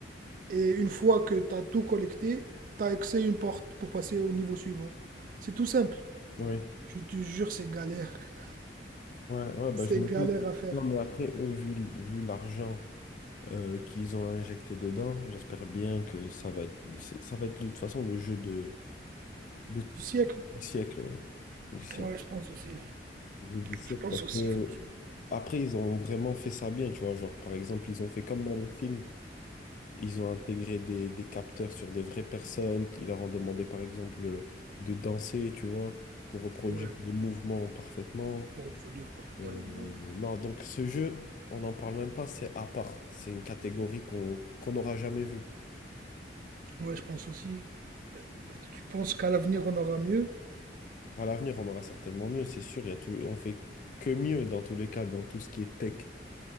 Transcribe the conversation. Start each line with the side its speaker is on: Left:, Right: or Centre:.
Right: Et une fois que tu as tout collecté, tu as accès à une porte pour passer au niveau suivant. C'est tout simple.
Left: oui.
Right: Je te jure, c'est galère. <laughs>
Left: Ouais, ouais, bah,
Right: C'est
Left: je me
Right: galère
Left: doute.
Right: à faire.
Left: Non, mais après, eux, vu, l- vu l'argent euh, qu'ils ont injecté dedans, j'espère bien que ça va être, le- c'est- ça va être de toute façon le jeu de, de,
Right: Du siècle
Left: du siècle, ouais. Du siècle.
Right: Ouais, je pense aussi.
Left: Le jeu du siècle,
Right: Je pense
Left: parce
Right: aussi,
Left: que
Right: franchement.
Left: après, ils ont vraiment fait ça bien, tu vois. Genre, par exemple, ils ont fait comme dans les films, ils ont intégré des, des capteurs sur des vraies personnes qui leur ont demandé, par exemple, euh, de danser, tu vois, pour reproduire
Right: Ouais,
Left: le mouvement parfaitement.
Right: pour reproduire parfaitement
Left: Euh,
Right: les mouvements,
Left: non,
Right: ouais.
Left: donc ce jeu, on n'en parle même pas, c'est à part. C'est une catégorie qu'on qu'on n'aura jamais vue.
Right: Ouais, je pense aussi. Tu penses qu'à l'avenir, on aura mieux
Left: À l'avenir, on aura certainement mieux, c'est sûr. Il y a tout, on fait que mieux dans tous les cas, dans tout ce qui est tech.